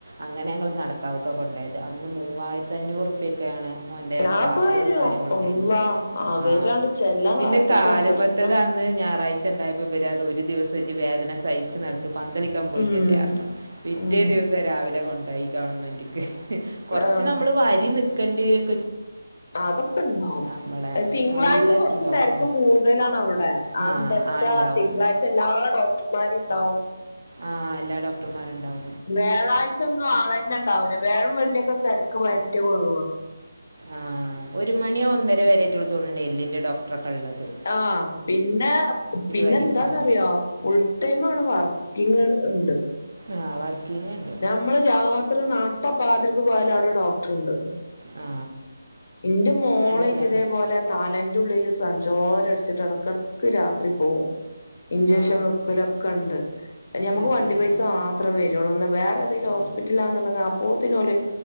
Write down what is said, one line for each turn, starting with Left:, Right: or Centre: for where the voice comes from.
Right: അങ്ങനെ ഞങ്ങള് നടക്കാവ്ക്ക കൊണ്ടോയത് അന്ന് മൂവായിരത്തഅഞ്ഞൂറ് ഉറുപ്പ്യറ്റാണ് ഓൻന്റെ
Left: ഞാനൊക്കെ
Right: പ്ലാസ്റ്ററും
Left: വരും
Right: കാര്യങ്ങളും
Left: അള്ളാ
Right: കഴിഞ്ഞു
Left: അവരാണ്ട്
Right: ആഹ്.
Left: ചെല്ലാൻ
Right: പിന്നെ
Left: കാത്ത്ക്കാണ്
Right: കാല്മ്മത്തത്
Left: പൈസ
Right: അ ന്ന് ഞായറാഴ്ച ണ്ടായപ്പോ ബരത് ഒരു ദിവസ ജ്ജ് വേദന സഹിച്ച് നടക് പന്തളി ക്കാം പോയിട്ടല്ലെ
Left: ഉം
Right: അർഞ്ഞു. പിറ്റേ
Left: ഉം
Right: ദിവസം രാവിലെ കൊണ്ടായി ഗവൺമെന്റ്ക്ക്. കൊർച്ച്
Left: ആഹ്
Right: നമ്മള് വരി നക്കണ്ട്യരും
Left: അതൊക്കെ ണ്ടാവും.
Right: നമ്മളെ
Left: തിങ്കളാഴ്ച
Right: നല്ല
Left: കൊർച്ച്
Right: ഡോക്ടർ
Left: തെര്ക്ക് കൂട്തലാണവ്ടെ.
Right: ആ
Left: അത് എന്താചിട്ട
Right: ആ ഇണ്ടാവും.
Left: തിങ്കളാഴ്ച എല്ലാ ഡോക്ടർമാരുംണ്ടാവും
Right: ആഹ് എല്ലാ ഡോക്ടർമാര്ണ്ടാവും
Left: വ്യാഴാഴ്ചൊന്നും ആളന്നെണ്ടാവൂല്ല. വ്യാഴും വെള്ളിഒക്കെ തെര്ക്ക് പറ്റ കൊറവാ
Right: ആഹ്. ഒരു മണി ഒന്നര വരേറ്റൊള്ളൂ തോന്ന്ണ്ട്‌ എല്ലിൻന്റെ ഡോക്ടർ ഒക്കെള്ളത്.
Left: ആഹ് പിന്നെ പിന്നെ
Right: വരിക്കണം.
Left: എന്താന്നറ്യോ ഫുൾ ടൈമ് അവ്ടെ വർക്കിങ് ഇണ്ട്
Right: ആഹ് വർക്കിങ്ങ് ണ്ട്
Left: ഞമ്മള് രാത്രി നാട്ട പാതിരക്ക് പോയാലും അവ്ടെ ഡോക്ടറുണ്ട്
Right: ആ
Left: ഇന്റെ മോളെറ്റ്
Right: നല്ലതാണ്.
Left: ഇതേപോലെ തലന്റുള്ളില് സൻഞ്ചോരട്ച്ചിട്ട് എടക്കടക്ക് രാത്രി പോവും ഇൻജെഷൻ
Right: ആ
Left: വെക്കലൊക്കെണ്ട്. ഞമക്ക്
Right: അത്
Left: വണ്ടി
Right: ശരി.
Left: പൈസ മാ ത്രം വെരൊള്ളൂ. ഒന്ന് വേറെന്തെങ്കിലും
Right: ആ
Left: ഹോസ്പറ്റിലാന്നുണ്ടെങ്കേ അപ്പോത്തിന് ഓല്